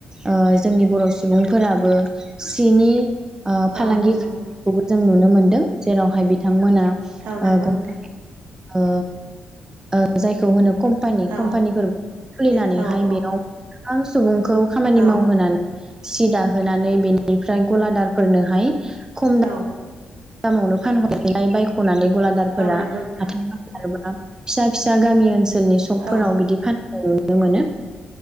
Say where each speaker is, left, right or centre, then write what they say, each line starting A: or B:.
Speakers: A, on the right; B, on the right.
A: ओ जोंनि बर' सुबुंफोराबो सिनि ओ फालांगि
B: औ नंगौ
A: खौबो जों नुनो मोनदों जेरावहाय बिथां मोना
B: औ नंगौ
A: ओ ओ
B: नोंथां
A: ओ जायखौ होनो कम्पानि
B: औ
A: कम्पानिफोर खुलिनानैहाय
B: जे औ औ
A: बेयाव गोबां सुबुं खौ खामानि
B: औ
A: मावहोनानै सि दाहोनानै बेनिफ्राय गलादारफोरनोहाय खम
B: औ
A: दामावनो फानहरनायलाय बायख'नानै गलादारफोरा
B: औ नंगौ नोंथां
A: <unintelligible> फिसा फिसा गामि ओनसोल लनि सकफोराव
B: औ
A: बिदि फाननाय नुयो नो यययमोनो